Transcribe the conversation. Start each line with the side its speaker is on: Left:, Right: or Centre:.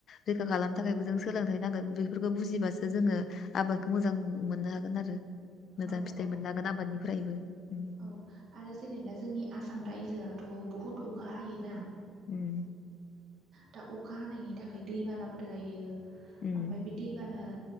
Left: रैखा खालामनो थाखायबो जों सोलोंथाइ नांगो बेफोरखौ बुजिबासो जोङो आबादखौ मोजां मोननो हागोन आरो मोजां
Right: औ
Left: फिथाइ
Right: औ
Left: मोन नो हागोन आबादनिफ्रायबो उम
Right: औ आरो जेनेबा जोंनि आसाम रायजोआथ' बहुद अखा हायोना
Left: उम
Right: दा अखा हानायनि थाखाय दैबानाफोर जायो
Left: उम
Right: ओमफ्राय बे दैबाना